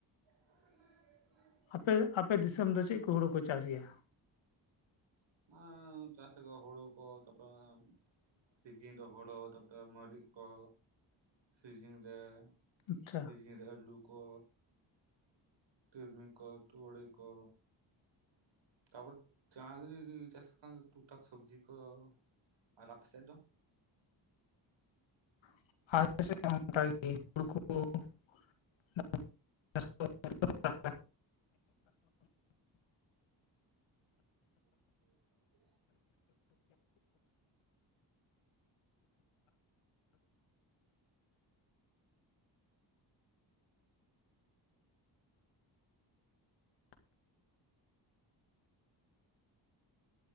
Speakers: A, on the right; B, on the left.
A: <unintelligible>
B: ᱟᱯᱮ ᱟᱯᱮ ᱫᱤᱥᱚᱢ ᱫᱚ ᱪᱮᱫ ᱠᱚ ᱦᱩᱲᱩ ᱠᱚ ᱪᱟᱥ ᱜᱮᱭᱟ
A: <unintelligible> ᱪᱟᱥ ᱟᱠᱚ ᱦᱩᱲᱩ ᱠᱚ ᱛᱚᱯᱚᱨ ᱥᱤᱡᱤᱱ ᱨᱮ ᱦᱩᱲᱳ ᱛᱟᱨ ᱯᱚᱨᱮ ᱢᱟᱹᱨᱤᱪ ᱠᱚ ᱥᱤᱡᱤᱱ ᱨᱮ
B: ᱟᱪᱪᱷᱟ
A: ᱥᱮᱡᱤᱱ ᱨᱮ ᱟᱹᱞᱩ ᱠᱚ ᱛᱤᱞᱢᱤ ᱠᱚ ᱛᱩᱲᱤ ᱠᱚ ᱛᱟᱯᱚᱨ ᱡᱟᱦᱟᱸ ᱜᱤ ᱪᱟᱥ <unintelligible> ᱴᱩᱠᱴᱟᱠ ᱥᱚᱵᱽᱡᱤ ᱠᱚ ᱟᱨ ᱟᱯᱮ ᱥᱮᱫ ᱫᱚ
B: <unintelligible> <unintelligible>
A: <inaudible>
B: <inaudible> <inaudible>